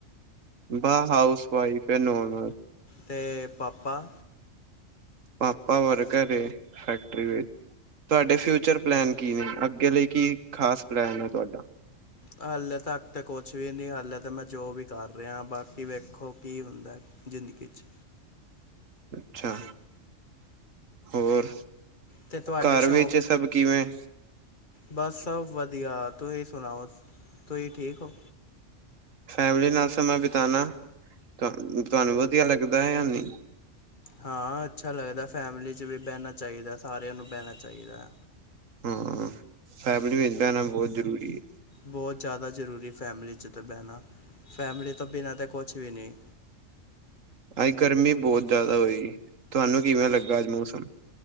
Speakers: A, on the right; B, on the left.
A: ਬਾ ਹਾਊਸ ਵਾਈਫ ਏ ਨੋਰਮਲ।
B: ਤੇ ਪਾਪਾ
A: ਪਾਪਾ ਵਰਕਰ ਏ ਫੈਕਟਰੀ ਵਿੱਚ। ਤੁਹਾਡੇ ਫਿਊਚਰ ਪਲੈਨ ਕੀ ਨੇ, ਅੱਗੇ ਲਈ ਕੀ ਖਾਸ ਪਲੈਨ ਏ ਤੁਹਾਡਾ?
B: ਹਾਲੇ ਤੱਕ ਤਾਂ ਕੁਛ ਵੀ ਨੀ ਹਾਲੇ ਤਾਂ ਮੈਂ ਜੋਬ ਵੀ ਕਰ ਰਿਆ ਬਾਕੀ ਵੇਖੋ ਕੀ ਹੁੰਦਾ ਜ਼ਿੰਦਗੀ ਚ।
A: ਅੱਛਾ, ਹੋਰ
B: ਤੇ ਤੁਹਾਡੇ
A: ਘਰ
B: ਸ਼ੌਂਕ?
A: ਵਿੱਚ ਸਭ ਕਿਵੇਂ
B: ਬਸ ਸਭ ਵਧੀਆ ਤੁਈ ਸੁਣਾਓ ਤੁਈ ਠੀਕ ਔ।
A: ਫੈਮਿਲੀ ਨਾਲ ਸਮਾਂ ਬਿਤਾਨਾ, ਤੁਹਾਨੂੰ ਵਧੀਆ ਲੱਗਦਾ ਯਾ ਨਈ।
B: ਹਾਂ ਅੱਛਾ ਲੱਗਦਾ ਫੈਮਿਲੀ ਚ ਵੀ ਬੈਣਾ ਚਾਹੳਦਾ, ਸਾਰਿਆਂ ਨੂੰ ਬੈਣਾ ਚਾਈਦਾ।
A: ਹੂੰ, ਫੈਮਿਲੀ ਵਿੱਚ ਬੈਣਾ ਬੋਤ ਜ਼ਰੂਰੀ ਏ।
B: ਬੋਤ ਜਾਦਾ ਜ਼ਰੂਰੀ ਫੈਮਿਲੀ ਚ ਤੇ ਬੈਣਾ, ਫੈਮਿਲੀ ਤੋਂ ਬਿਨਾਂ ਤੇ ਕੁਛ ਵੀ ਨੀ।
A: ਅੱਜ ਗਰਮੀ ਬੋਤ ਜਾਦਾ ਹੋਈ, ਤੁਹਾਨੂੰ ਕਿਵੇਂ ਲੱਗਾ ਅੱਜ ਮੌਸਮ?